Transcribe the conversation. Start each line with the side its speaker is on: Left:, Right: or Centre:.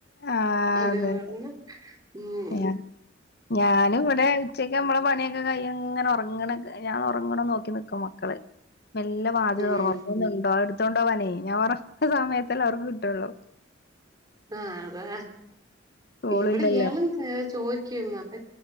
Left: ആ
Right: അതുകൊണ്ട്
Left: അതെതെ
Right: ഉം
Left: ഞാ ഞാനും ഇവിടെ ഉച്ചക്ക് അമ്മളെ പണിയൊക്കെ കഴിഞ്ഞ് ഇങ്ങനെ ഒറ ങ്ങ്ണ്ക്കെ ഞാൻ ഒറങ്ങണോം നോക്കി നിക്ക മക്കള് മെല്ലെ വാതിൽ
Right: ഉം
Left: തൊർന്നോക്കും ഒറങ്ങുന്നുണ്ടോ ത്തൊണ്ടോവാനെ ഞാൻ ഒറക്ക സമയത്തല്ലേ അവർക്ക് കിട്ടൊള്ളൂ
Right: ആഹ് അതാ
Left: സ്കൂളില്ലല്ലോ
Right: ഇവിടെ ഇയാളും കേ ചോയ്ക്കും അപ്പൊ